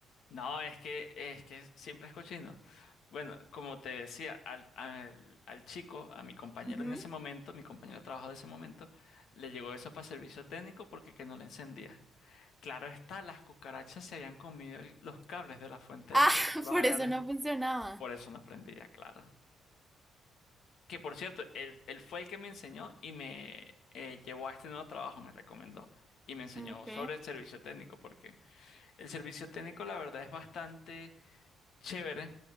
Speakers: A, on the left; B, in the centre.
A: No, es que, es que siempre es cochino. Bueno, como te decía, al, al, al chico, a mi compañero
B: Ujú.
A: en ese momento, mi compañero de trabajo de ese momento, le llegó eso para servicio técnico porque que no le encendía. Claro está, las cucarachas se habían comido el- los cables de la fuente
B: Ah,
A: de poder.
B: <laughs>
A: Los
B: por
A: habían...
B: eso no funcionaba.
A: Por eso no prendía, claro. Que por cierto, él, él fue el que me enseñó y me eh, llevó a este nuevo trabajo, me recomendó. Y me enseñó
B: Ok.
A: sobre el servicio técnico, porque el servicio técnico la verdad es bastante chévere,